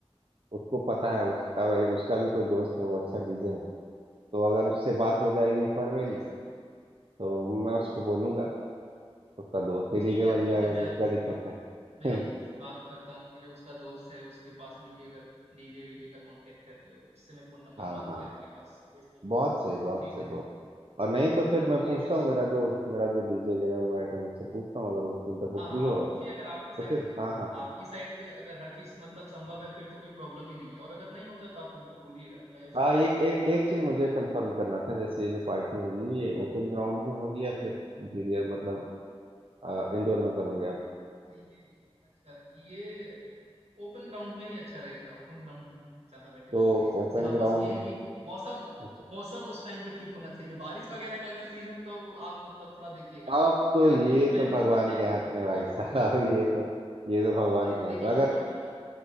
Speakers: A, on the right; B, on the right.
A: उसको पता है उसका एक उसका भी कोई दोस्त है वो अच्छा डीजे है तो अगर उससे बात हो जाएगी एक बार मेरी
B: वो ऐसा है।
A: तो मैं उसको बोलूंगा उसका दोस्त ही डीजे
B: ठीक
A: बन
B: है ठीक
A: जाएगा
B: है
A: उसमें
B: मैं अंकुर
A: क्या दिक्कत
B: से बात
A: है
B: मैं अंकुर से बात
A: <laughs>
B: करता हूँ कि जो उसका दोस्त है उसके पास में भी अगर डीजे वीजे का कांटेक्ट है तो उससे मैं फोन नंबर
A: हाँ
B: मांग
A: हाँ
B: के आपके पास भेजता हूँ
A: बहुत सही बहुत
B: ठीक
A: सही
B: है
A: बहुत और नहीं तो
B: हाँ
A: फिर मैं पूछता
B: ये तो
A: हूँ मेरा जो मेरा जो डीजे गया हुआ है कहीं उससे पूछता हूँ अगर उस दिन तक वो
B: हाँ हाँ
A: फ्री होगा
B: आप पूछिए अगर आपकी साइड
A: तो फिर
B: से
A: हाँ हाँ
B: आपकी साइड से अगर हर चीज मतलब संभव है फिर तो कोई प्रॉब्लम ही नहीं है और अगर नहीं होता तो आप मेरे को बोलिएगा मैं उसके
A: हाँ
B: बारे
A: एक
B: में
A: एक
B: भी
A: एक
B: करता हूँ
A: चीज मुझे कंफर्म करना था जैसे ये जो पार्टी होगी ये ओपन ग्राउंड में होगी
B: हाँ
A: या फिर इंटीरियर मतलब इंडोर में करोगे आप
B: जी ये अच्छा ये ओपन ग्राउंड में ही अच्छा रहेगा ओपन ग्राउंड ज्यादा बेटर
A: तो
B: है मेरे हिसाब
A: ओपन
B: से हाँ
A: ग्राउंड
B: बस ये है
A: में
B: कि मौसम
A: अच्छा
B: मौसम उस टाइम पे ठीक होना चाहिए बारिश वगैरह का अगर सीन है तो आप मतलब थोड़ा देखिएगा
A: अब तो
B: या
A: ये
B: मैं ही पहले
A: तो भगवान
B: मतलब चेक
A: के
B: कर
A: हाथ
B: लूंगा
A: में
B: बारिश
A: भाई साहब
B: वगैरह का-
A: ये तो ये तो भगवान
B: नहीं
A: के
B: देखिए
A: हाथ में
B: कुछ
A: अगर
B: होता नहीं है